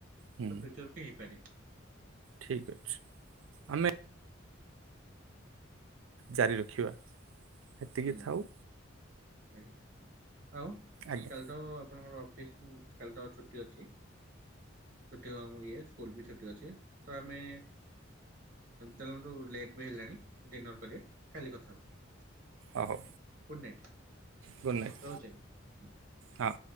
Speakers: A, on the right; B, on the right.
A: ହୁଁ
B: ତ ଫ୍ୟୁଚରକୁ ହେଇପାରେ।
A: ଠିକ ଅଛି ଆମେ ଜାରି ରଖିବା। ସେତିକି
B: ହୁଁ
A: ଥାଉ
B: ଆଜ୍ଞା ଆଉ
A: ଆଜ୍ଞା
B: କାଲି ତ ଆପଣଙ୍କର ଅଫିସ କାଲି ତ ଛୁଟି ଅଛି। ଛୁଟି କ ମୁ ଇଏ ସ୍କୁଲ ବି ଛୁଟି ଅଛି। ତ ଆମେ ଚାଲନ୍ତୁ ଲେଟ ବି ହେଲାଣି। ଡିନର୍ କରିବା କାଲି କଥା ହବା।
A: ହଁ ହଉ।
B: Good night.
A: ଗୁଡ଼ ନାଇଟ୍
B: ରହୁଛି ଆଜ୍ଞା
A: ହଁ।